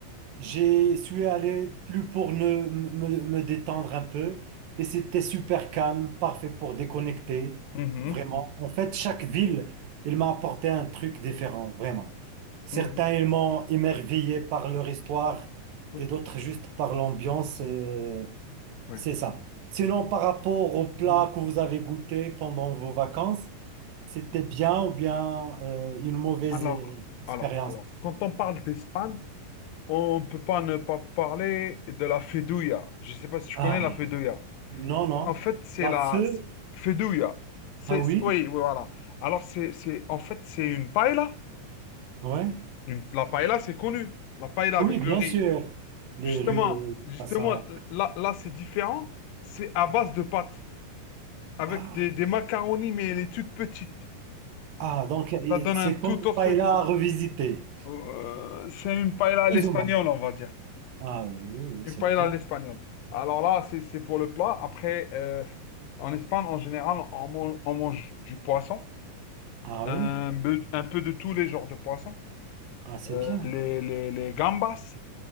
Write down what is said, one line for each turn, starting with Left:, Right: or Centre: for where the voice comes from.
Right: J'ai suis allé plus pour ne- me, me détendre un peu et c'était super calme, parfait pour déconnecter,
Left: Mhm,
Right: vraiment. En fait, chaque ville, elle m'a apporté un truc différent, vraiment. Certains,
Left: mhm,
Right: ils m'ont émerveillé par leur histoire
Left: Oui,
Right: et d'autres juste par l'ambiance, euh,
Left: oui.
Right: c'est ça. Sinon, par rapport aux plats
Left: mhm.
Right: que vous avez goûtés pendant vos vacances, c'était bien ou bien euh, une mauvaise
Left: Alors,
Right: euh, expérience?
Left: alors, alors, quand on parle d'Espagne, on ne peut pas ne pas parler de la Fedouilla. Je ne sais pas si tu
Right: Ah,
Left: connais la Fedouilla.
Right: non, non.
Left: En fait, c'est
Right: La
Left: la
Right: feu,
Left: Fedouilla. C'est,
Right: Ah oui,
Left: oui, oui, voilà. Alors, c'est, c'est, en fait, c'est une paella
Right: ouais.
Left: Une- La paella, c'est connu. La paella
Right: Oui,
Left: avec
Right: bien
Left: le riz.
Right: sûr. Les
Left: Justement,
Right: rues de
Left: justement,
Right: Hassan, ouais.
Left: là, là, c'est différent. C'est à base de pâtes, avec
Right: Ah,
Left: des, des macaronis, mais elle est toute petite.
Right: ah, donc euh,
Left: Ça donne
Right: c'est
Left: un tout
Right: comme
Left: autre
Right: Paella
Left: goût.
Right: revisité,
Left: Euh, c'est une paella à l'espagnol,
Right: plus ou moins.
Left: on va dire.
Right: Ah oui, oui, oui,
Left: Une
Right: c'est
Left: paella
Right: bien.
Left: à l'espagnol. Alors là, c'est, c'est pour le plat. Après, euh, en Espagne, en général, on mange, on mange du poisson,
Right: Ah
Left: un,
Right: oui,
Left: peu- un peu de tous les genres de poissons.
Right: ah, c'est
Left: Euh,
Right: bien.
Left: les, les, les gambas.